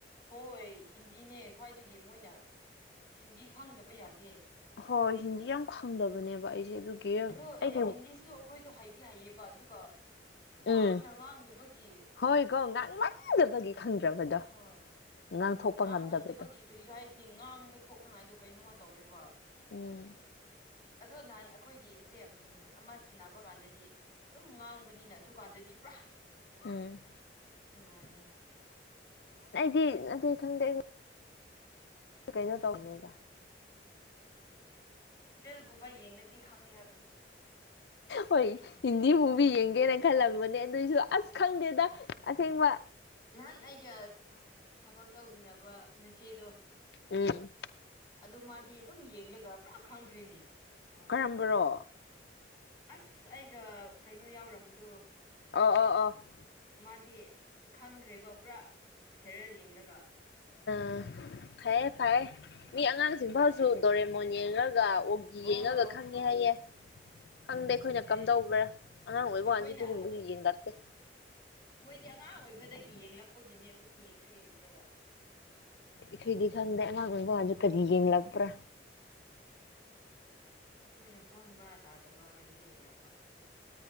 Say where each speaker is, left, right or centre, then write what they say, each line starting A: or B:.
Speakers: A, on the left; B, on the left.
A: ꯍꯣꯏ ꯍꯤꯟꯗꯤꯅꯦ ꯈ꯭ꯋꯥꯏꯗꯒꯤ ꯃꯣꯏꯅ ꯍꯤꯟꯗꯤ ꯈꯪꯗꯕ ꯌꯥꯗꯦ
B: ꯍꯣꯏ ꯍꯤꯟꯗꯤ ꯌꯥꯝ ꯈꯪꯗꯕꯅꯦꯕ ꯑꯩꯁꯦ ꯑꯗꯨꯒꯤ ꯑꯩꯒꯤ
A: ꯑꯗꯣ ꯏꯪꯂꯤꯁꯇꯨ ꯑꯩꯈꯣꯏꯗꯣ ꯍꯥꯏꯗꯤ ꯍꯥꯏꯌꯦ ꯄ ꯑꯗꯨꯒ ꯄꯥꯛꯅ
B: ꯎꯝ
A: ꯉꯥꯡꯗꯕꯒꯤ
B: ꯍꯣꯏꯀꯣ ꯉꯥꯡꯃꯟꯗꯕꯒꯤ ꯈꯪꯗ꯭ꯔꯕꯗꯣ
A: ꯍꯣꯏ
B: ꯉꯥꯡꯊꯣꯛꯄ
A: ꯉꯥꯡꯃꯟꯗꯕꯒꯤ
B: ꯉꯝꯗꯕꯗꯣ
A: ꯀꯔꯤ ꯍꯥꯏꯒꯅꯤ ꯉꯥꯡꯕ ꯊꯣꯛꯅꯉꯥꯏꯗꯣ ꯀꯩꯅꯣꯃ ꯇꯧꯋꯦꯕ
B: ꯎꯝ
A: ꯑꯗꯣ ꯅꯍꯥꯟ ꯑꯩꯈꯣꯏꯒꯤꯁꯦ ꯎꯝ ꯑꯃ ꯁꯤꯟꯅꯕ ꯀꯥꯟꯗꯗꯤ ꯑꯗꯨꯝ ꯉꯥꯡꯕꯅꯤꯅ ꯑꯗꯨꯀꯥꯟꯗꯗꯤ ꯄꯨꯔꯥ
B: ꯎꯝ
A: ꯅꯨꯉꯥꯏꯌꯦ
B: ꯇꯤ ꯑꯇꯩ ꯈꯪꯗꯦ ꯀꯩꯅꯣ ꯇꯧꯅꯤꯕꯗ
A: ꯒꯨꯝꯕ ꯌꯦꯡꯂꯗꯤ ꯈꯪꯉꯤ ꯍꯥꯏꯕ
B: ꯍꯣꯏ ꯍꯤꯟꯗꯤ ꯃꯨꯕꯤ ꯌꯦꯡ ꯀꯦꯅ ꯈꯜꯂꯝꯕꯅꯦ ꯑꯗꯨꯏꯁꯨ ꯑꯁ ꯈꯪꯗꯦꯗ ꯑꯁꯦꯡꯕ
A: ꯅꯍꯥꯟ ꯑꯩꯒ ꯊꯕꯛ ꯇꯧꯕꯤꯅꯕ ꯅꯆꯦꯗꯣ
B: ꯎꯝ
A: ꯑꯗꯨ ꯃꯥꯗꯤ ꯑꯗꯨꯝ ꯌꯦꯡꯂꯒ ꯄꯨꯔꯥ ꯈꯪꯈ꯭ꯔꯦꯅꯦ
B: ꯀꯔꯝꯕꯔꯣ
A: ꯑꯁ ꯑꯩꯒ ꯀꯩꯅꯣ ꯌꯥꯎꯔꯝꯕꯗꯣ
B: ꯑ ꯑ ꯑ
A: ꯃꯥꯗꯤ ꯈꯪꯈ꯭ꯔꯦꯕ ꯄꯨꯔꯥ ꯁꯦꯔꯦꯜ ꯌꯦꯡꯂꯒ
B: ꯎꯝ ꯐꯌꯦ ꯐꯌꯦ ꯃꯤ ꯑꯉꯥꯡꯁꯤꯡꯐꯥꯎꯁꯨ ꯗꯣꯔꯦꯃꯣꯟ ꯌꯦꯡꯉꯒ ꯑꯣꯒꯤ
A: ꯑꯣ
B: ꯌꯦꯡꯉꯒ ꯈꯪꯉꯦ ꯍꯥꯏꯌꯦ ꯈꯪꯗꯦ
A: ꯑꯗꯨꯅꯦ
B: ꯑꯩꯈꯣꯏꯅ ꯀꯝꯗꯧꯕ꯭ꯔꯥ ꯑꯉꯥꯡ ꯑꯣꯏꯕ
A: ꯑꯩꯈꯣꯏꯅ
B: ꯀꯥꯟꯁꯨ ꯑꯗꯨꯒꯨꯝꯕꯗꯨ ꯌꯦꯡꯂꯛꯇꯦ
A: ꯁꯤ ꯑꯉꯥꯡ ꯑꯣꯏꯕꯗꯒꯤ ꯌꯦꯡꯂꯛꯄꯒꯤꯅꯦ ꯑꯩꯈꯣꯏ ꯌꯦꯡꯁꯨ ꯌꯦꯡꯗ꯭ꯔꯒ
B: ꯏꯈꯣꯏꯗꯤ ꯈꯪꯗꯦ ꯑꯉꯥꯡ ꯑꯣꯏꯕ ꯀꯥꯟꯗ ꯀꯔꯤ ꯌꯦꯑꯂꯛꯄ꯭ꯔꯥ
A: ꯑꯩꯈꯣꯏꯅ ꯃꯐꯝ ꯃꯔꯥ ꯇꯥꯗꯕ ꯀꯩꯅꯣ ꯌꯦꯡꯂꯛꯄ